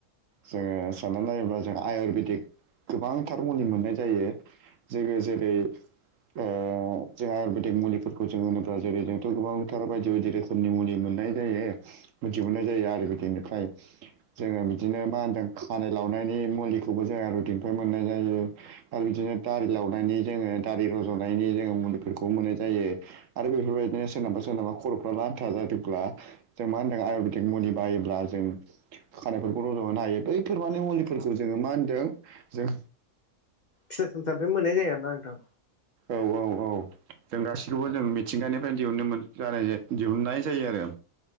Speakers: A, on the right; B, on the left.
A: जोङो सानना नायोब्ला जों आयुरवेदिक गोबांथार मुलि मोननाय जायो। जोङो जेरै आ जों आयुरवेदिक मुलिफोरखौ जों होनोब्ला जेरै जोंथ' गोबां थार बायदि बायदि रोखोमनि मुलि मोननाय जायो मिथिहरनाय जायो आरो बिदिनिफ्राय जोङो बिदिनो मा होनदों खानाय लावनायनि मुलिखौबो जोङो आयुरवेदिकनिफ्राय मोननाय जायो। आरो बिदिनो दारि लावनायनि जोङो दारि रज'नायनि जोङो मुलिफोरखौ मोननाय जायो। आरो बेफोरबायदिनो सोरनाबा सोरनाबा खर'फ्रा लानथा जादोंब्ला जों मा होनदों आयुरवेदिक मुलि बायोब्ला जों खानायफोरखौ रज'होनो हायो बैफोर माने मुलिफोरखौ जोङो मा होनदों जों
B: फिथाइ सामथाइनिफ्राय मोननाय जायो आरोना नोंथां।
A: औ औ औ जों गासिखौबो जों मिथिंगानिफ्राय दिहुनोमोन <unintelligible> दिहुननाय जायो आरो।